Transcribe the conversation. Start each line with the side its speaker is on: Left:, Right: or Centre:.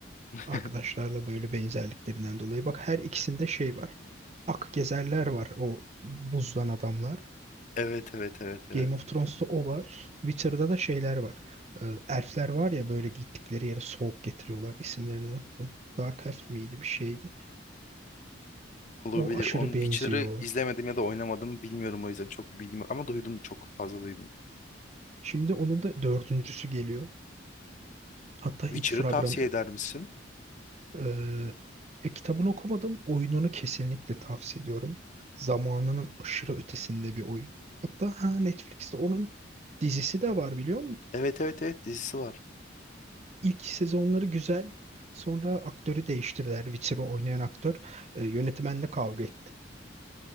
Left: <laughs>
Right: Arkadaşlarla böyle benzerliklerinden dolayı. Bak her ikisinde şey var. Ak gezerler var o buzdan adamlar.
Left: Evet evet evet evet.
Right: Game of Thrones'ta o var. Witcher'da da şeyler var. Ee, elfler var ya böyle gittikleri yere soğuk getiriyorlar. İsimlerini unuttum. Dark Elf miydi bir şeydi.
Left: Olabilir.
Right: O aşırı
Left: Onun
Right: benziyor.
Left: Witcher'ı izlemedim ya da oynamadım bilmiyorum o yüzden çok bir bilgim yok. Ama duydum çok fazla duydum.
Right: Şimdi onun da dördüncüsü geliyor. Hatta ilk
Left: Witcher'ı
Right: fragman.
Left: tavsiye eder misin?
Right: Ee, ya kitabını okumadım. Oyununu kesinlikle tavsiye ediyorum. Zamanının aşırı ötesinde bir oyun. Hatta ha, Netflix'te onun dizisi de var biliyor musun?
Left: Evet evet evet dizisi var.
Right: İlk sezonları güzel. Sonra aktörü değiştirdiler. Witcher'ı oynayan aktör e, yönetmenle kavga etti.